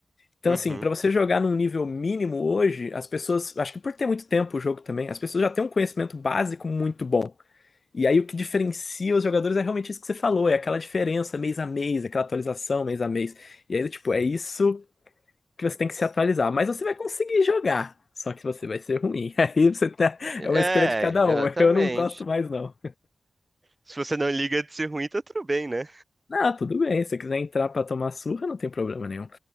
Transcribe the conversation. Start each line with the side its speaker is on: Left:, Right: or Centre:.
Left: Então,
Right: Uhum.
Left: assim, pra você jogar num nível mínimo hoje, as pessoas, acho que por ter muito tempo o jogo também, as pessoas já têm um conhecimento básico muito bom. E aí o que diferencia os jogadores é realmente isso que você falou, é aquela diferença mês a mês, aquela atualização mês a mês. E aí, tipo, é isso que você tem que se atualizar. Mas você vai conseguir jogar, só que você vai ser ruim. <laughs> Aí você tá,
Right: É,
Left: é uma escolha de cada um.
Right: exatamente.
Left: Eu não gosto mais, não.
Right: Se você não liga de ser ruim, tá tudo bem, né?
Left: Não, tudo bem, se você quiser entrar pra tomar surra, não tem problema nenhum.